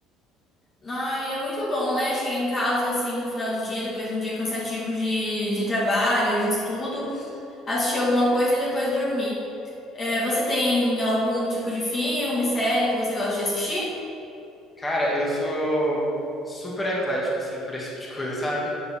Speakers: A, on the left; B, on the left.
A: Ai, é muito bom, né? Chegar em casa assim no final de dia, depois de um dia cansativo de, de trabalho, de estudo, assistir alguma coisa e depois dormir. É, você tem algum tipo de filme, série que você gosta de assistir?
B: Cara, eu sou super eclético, assim, para esse tipo de coisa, sabe?